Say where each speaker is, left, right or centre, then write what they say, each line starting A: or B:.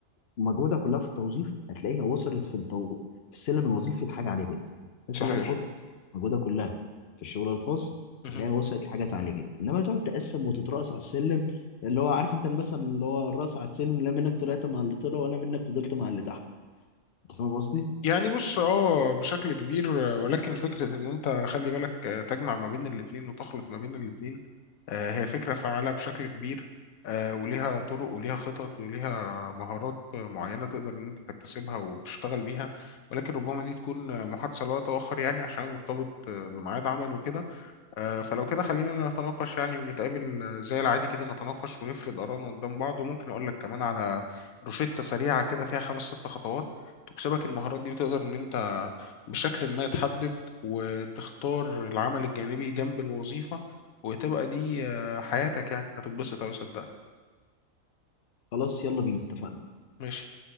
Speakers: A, on the left; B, on the left.
A: ومجهودها كلها في التوظيف هتلاقيها وصلت في التو... في السلم الوظيفي لحاجه عاليه جدا الناس
B: صحيح
A: اللي هتحط مجهودها كلها في الشغل الخاص
B: مهم.
A: هتلاقيها وصلت لحاجات عاليه جدا انما تقعد تقسم وتترأس على السلم اللي هو عارف انت المثل اللي هو الرأس على السلم لا منك طلعت مع اللي طلع ولا منك فضلت مع اللي تحت انت فاهم قصدي
B: يعني بص اه بشكل كبير آه، ولكن فكرة ان انت خلي بالك آه، تجمع ما بين الاتنين وتخلط ما بين الاتنين آه، هي فكرة فعالة بشكل كبير آه، وليها طرق وليها خطط وليها مهارات آه، معينة تقدر ان انت تكتسبها وتشتغل بيها ولكن ربما دي تكون آه، محادثة لوقت آخر يعني عشان مرتبط آه، بميعاد عمل وكده آه، فلو كده خلينا نتناقش يعني ونتقابل آه، زي العادي كده نتناقش ونفرد آرائنا قدام بعض وممكن أقول لك كمان على روشتة سريعة كده فيها خمس ست خطوات تكسبك المهارات دي وتقدر إن أنت بشكل ما تحدد وتختار العمل الجانبي جنب الوظيفة وتبقى دي آه، حياتك يعني هتتبسط أوي صدقني
A: خلاص يلا بينا اتفقنا
B: ماشي